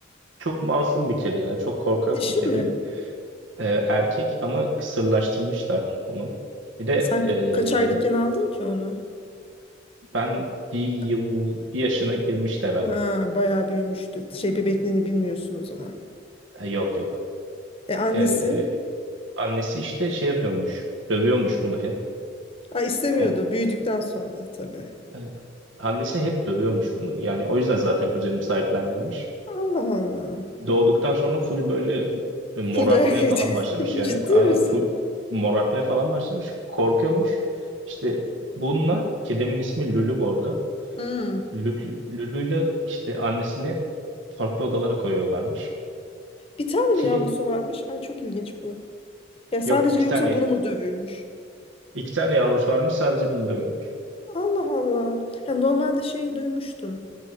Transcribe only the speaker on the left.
Dişi
mi?
Sen
ka- kaç aylıkken aldın ki onu?
Ay,
Ha, bayağı büyümüştü. Şey bebekliğini bilmiyorsun o zaman.
E annesi?
Ha, istemiyordu.
Büyüdükten sonra tabii.
Allah Allah.
Full dayak yedi.
<laughs>
Ciddi
misin?
Hmm.
Bir tane mi
yavrusu varmış? Ay çok ilginç bu. Ya sadece
yoksa
bunu mu dövüyormuş?
Allah Allah. Ya normalde şey duymuştum.